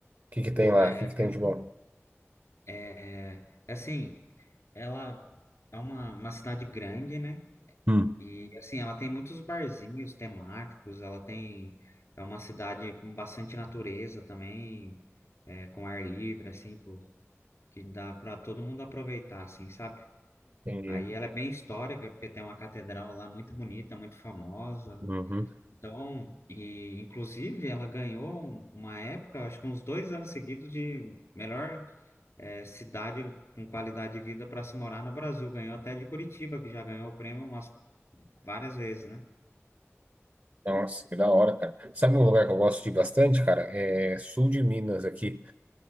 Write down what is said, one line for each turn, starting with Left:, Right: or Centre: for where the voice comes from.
Right: que que tem
Left: Pô,
Right: lá?
Left: é,
Right: O que que
Left: pensa,
Right: tem de bom?
Left: é, é, assim, ela é uma, uma cidade grande, né?
Right: Hum.
Left: E assim, ela tem muitos barzinhos temáticos, ela tem é uma cidade com bastante natureza também, é, com ar livre assim, pro- que dá para todo mundo aproveitar assim, sabe?
Right: Entendi.
Left: Aí ela é bem histórica porque tem uma catedral lá muito bonita, muito famosa.
Right: Uhum.
Left: Então, e inclusive ela ganhou um- uma época, acho que uns dois anos seguidos de melhor é, cidade com qualidade de vida para se morar no Brasil. Ganhou até de Curitiba, que já ganhou o prêmio umas várias vezes, né?
Right: Nossa, que da hora, cara. Sabe um lugar que eu gosto de ir bastante, cara? É sul de Minas aqui.